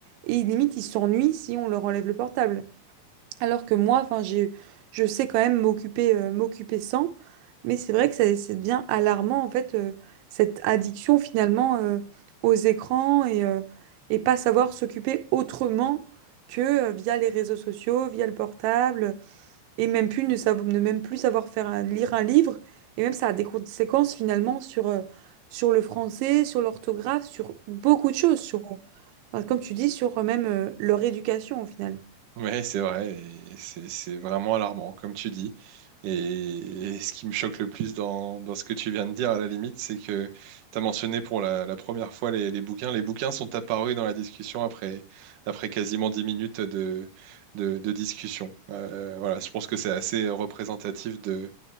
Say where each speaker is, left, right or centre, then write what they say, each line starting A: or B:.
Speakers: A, on the right; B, on the right.
A: Et limite, ils s'ennuient si on leur enlève le portable. Alors que moi, enfin, j'ai, je sais quand même m'occuper euh, m'occuper sans, mais c'est vrai que ça, ça devient alarmant, en fait, euh, cette addiction finalement euh, aux écrans et, euh, et pas savoir s'occuper autrement que euh, via les réseaux sociaux, via le portable, et même plus ne, savo- ne même plus savoir faire un- lire un livre. Et même ça a des conséquences finalement sur, euh, sur le français, sur l'orthographe, sur beaucoup de choses, sur, euh, enfin, comme tu dis, sur euh, même euh, leur éducation au final.
B: Ouais, c'est vrai, et c'est c'est vraiment alarmant, comme tu dis. Et, et ce qui me choque le plus dans, dans ce que tu viens de dire, à la limite, c'est que tu as mentionné pour la, la première fois les, les bouquins. Les bouquins sont apparus dans la discussion après, après quasiment 10 minutes de, de, de discussion. Euh, voilà, je pense que c'est assez représentatif de,